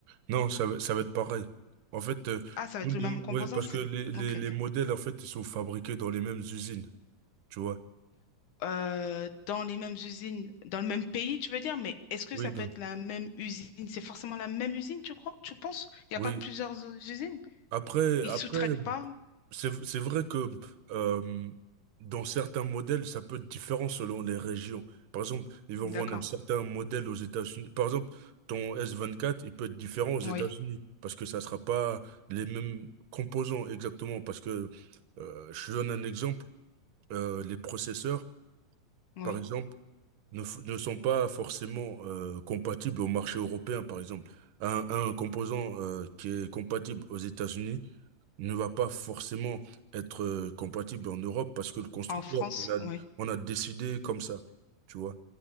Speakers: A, on the right; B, on the left.
A: non, ça va, ça va être pareil. En fait, euh,
B: Ah, ça va
A: tous
B: être
A: les-
B: le même composant,
A: ouais, parce
B: c'est...
A: que les, les,
B: Ok.
A: les modèles, en fait, ils sont fabriqués dans les mêmes usines, tu vois.
B: Euh, dans les mêmes usines, dans le même pays, tu veux dire, mais est-ce que
A: Oui,
B: ça
A: donc,
B: peut être la même usine? C'est forcément la même usine, tu crois? Tu penses? Il n'y
A: oui.
B: a pas plusieurs usines?
A: Après,
B: Ils
A: après,
B: sous-traitent pas?
A: c'est, c'est vrai que euh, dans certains modèles, ça peut être différent selon les régions. Par exemple, ils vont
B: D'accord.
A: vendre un certain modèle aux États-Unis. Par exemple, ton S24, il peut être différent aux États-Unis
B: Oui,
A: parce que ça sera pas les mêmes composants exactement. Parce que euh, je te donne un exemple euh, les processeurs.
B: oui.
A: par exemple, ne, f- ne sont pas forcément euh, compatibles au marché européen, par exemple. Un, un composant euh, qui est compatible aux États-Unis ne va pas forcément être euh, compatible en Europe parce que le constructeur,
B: En France,
A: on a,
B: oui.
A: on a décidé comme ça. Tu vois,